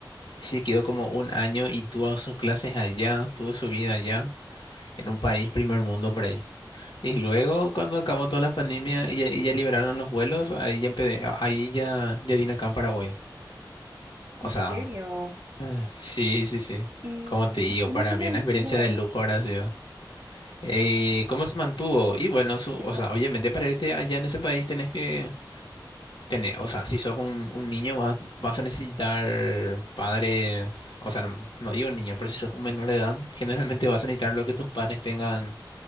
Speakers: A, on the left; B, on the right.
A: Se quedó como un año y tuvo sus clases allá, tuvo su vida allá, en un país primer mundo por ahí. Y luego cuando acabó toda la pandemia y ya, y ya liberaron los vuelos, ahí ya, empe- ahí ya, ya vine acá en Paraguay. O
B: ¿En
A: sea,
B: serio?
A: eh, sí, sí, sí.
B: ¿Y,
A: Como te digo,
B: y cómo
A: para
B: se
A: mí
B: mantuvo
A: una experiencia
B: ahí?
A: de lujo ahora ha sido. Eh, ¿cómo se mantuvo? Y bueno, su-
B: Tipo,
A: o sea, obviamente para irte allá en ese país tenés que tener, o sea, si sos un, un niño vas, vas a necesitar padres, o sea, no, no digo niño, pero si sos un menor de edad, generalmente vas a necesitar lo que tus padres tengan